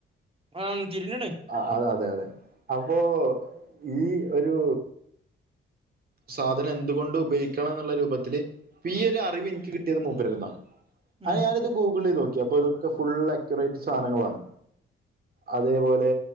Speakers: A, on the right; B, on the right.
A: ആഹ് തിരിഞ്ഞ് ക്കണ്
B: ആ അത അതെ അതെ അപ്പോ ഈ ഒരു സാധനം എന്തുകൊണ്ട് ഉപയോഗിക്കണം എന്നുള്ള രൂപത്തില് പ്പീയൊരു ഒരു അറിവ് എനിക്ക് കിട്ടിയത് മൂപ്പരുന്നാ ആ
A: ഉം
B: ഞാനിത് ഗൂഗിൾ ചെയ് നോക്കി അപ്പൊ ഇതൊക്കെ ഫുൾ അക്യുററ്റ് സാധനങ്ങളാണ് അതേപോലെ